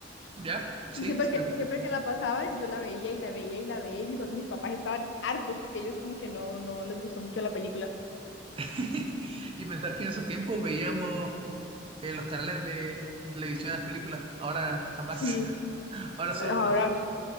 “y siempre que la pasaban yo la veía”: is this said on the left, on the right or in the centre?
Left